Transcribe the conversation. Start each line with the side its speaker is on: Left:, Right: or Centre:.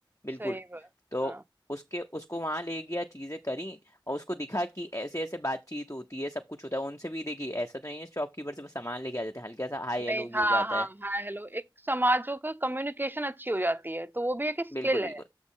Left: बिल्कुल
Right: सही बात
Left: तो
Right: हाँ
Left: उसके उसको वहां ले गया चीजें करी और उसको दिखा कि ऐसे ऐसे बातचीत होती है सब कुछ होता है उनसे भी देखी ऐसा तो नहीं है शॉपकीपर से बस सामान लेके आ जाते हैं हल्का सा हाय
Right: नहीं
Left: हेलो भी
Right: हाँ
Left: हो जाता
Right: हाँ
Left: है
Right: हाँ हेलो एक समाजों का कम्युनिकेशन अच्छी हो जाती है तो वो भी एक स्किल
Left: बिल्कुल बिल्कुल
Right: है